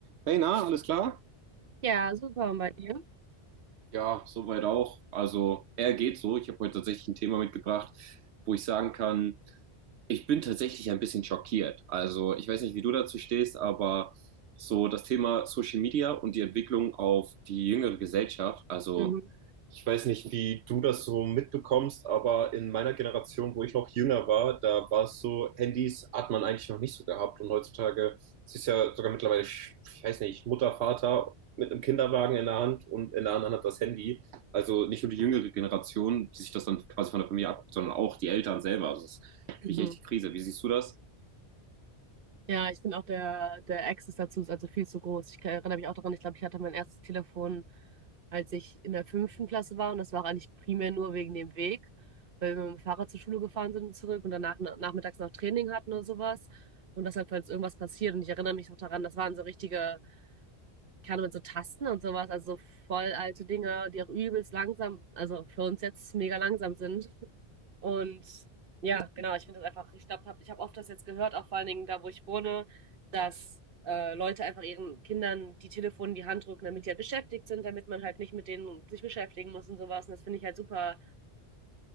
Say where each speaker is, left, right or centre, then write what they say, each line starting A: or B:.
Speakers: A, on the right; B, on the right.
A: Hey, na, alles klar?
B: Ja, super. Und bei dir?
A: Ja, soweit auch. Also, er geht so. Ich habe heute tatsächlich ein Thema mitgebracht, wo ich sagen kann, ich bin tatsächlich ein bisschen schockiert. Also, ich weiß nicht, wie du dazu stehst, aber so das Thema Social Media und die Entwicklung auf die jüngere Gesellschaft. Also,
B: Mhm.
A: Ich weiß nicht, wie du das so mitbekommst, aber in meiner Generation, wo ich noch jünger war, da war es so, Handys hat man eigentlich noch nicht so gehabt. Und heutzutage es ist ja sogar mittlerweile, ich weiß nicht, Mutter, Vater mit einem Kinderwagen in der Hand und in der anderen Hand das Handy. Also nicht nur die jüngere Generation, die sich das dann quasi von der Familie abguckt, sondern auch die Eltern selber. Also das kriege
B: Mhm.
A: ich echt die Krise. Wie siehst du das?
B: Ja, ich finde auch der, der Access dazu ist also viel zu groß. Ich kann- erinnere mich auch daran, ich glaube, ich hatte mein erstes Telefon, als ich in der fünften Klasse war. Und das war auch eigentlich primär nur wegen dem Weg, weil wir mit dem Fahrrad zur Schule gefahren sind und zurück und danach na- nachmittags noch Training hatten oder sowas. Und das halt, falls irgendwas passiert. Und ich erinnere mich auch daran, das waren so richtige, keine Ahnung, mit so Tasten und sowas, also so voll alte Dinge, die auch übelst langsam, also für uns jetzt mega langsam sind. Und ja, genau, ich finde das einfach, ich glaube, hab, ich habe oft das jetzt gehört, auch vor allen Dingen da, wo ich wohne, dass äh, Leute einfach ihren Kindern die Telefone in die Hand drücken, damit die halt beschäftigt sind, damit man halt nicht mit denen sich beschäftigen muss und sowas. Und das finde ich halt super